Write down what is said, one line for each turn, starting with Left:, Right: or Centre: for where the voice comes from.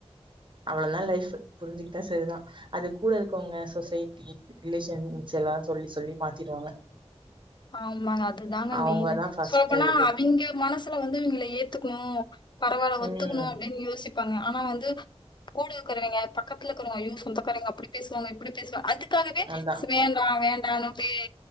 Right: ளோதா லைஃப் புரிஞ்சுகிட்டா சரிதா அது கூட இருக்கவங்க சொசைட்டி ரிலேஷன்ஸ் எல்லா சொல்லி சொல்லி மாத்திடுவாங்க
Left: ஆமாங்க அதுதாங்க
Right: அவங்கதா
Left: மெயின்
Right: ஃபர்ஸ்ட்
Left: சொல்ல போனா
Right: இது
Left: அவிங்க மனசுல வந்து இவிங்கள ஏத்துக்கணு பரவால்ல ஒத்துக்கணு
Right: ம்
Left: அப்டின்னு யோசிப் பாங்க ஆனா வந்து கூடயிருக்கவங்ய பக்கத்த இருக்கவங்ய ஐயோ சொந்தக்காரங்க அப்டி பேசுவாங்க இப்டி பேசுவாங்க அது தாலுமே
Right: அதா
Left: ச வேணா வேண்டானு ஏ